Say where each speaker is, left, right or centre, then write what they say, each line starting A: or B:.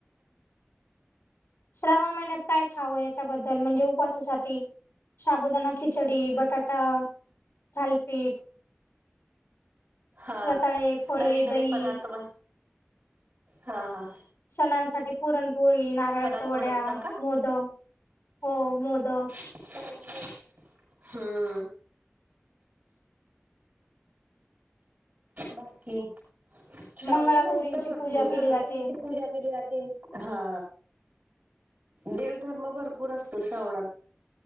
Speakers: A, on the left; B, on the right.
A: श्रावण महिन्यात काय खावं याच्याबद्दल म्हणजे उपवासासाठी साबुदना खिचडी बटाटा थालपीठ
B: हा
A: रताळे फळे
B: नवीन नवीन
A: दही
B: पदार्थ बन हा हा
A: सणांसाठी पुरणपुरी ना
B: पदार्थ
A: च्या वड्या
B: बनवता का?
A: मोदक हो मोदक
B: ह-आ बाकी श्रावणात
A: मंगळागौरींची
B: असत भरपूर
A: पूजा केली
B: सगळे
A: जाते.
B: पूजा केली जाते आ हा देवधर्म भरपूर असतो श्रावणात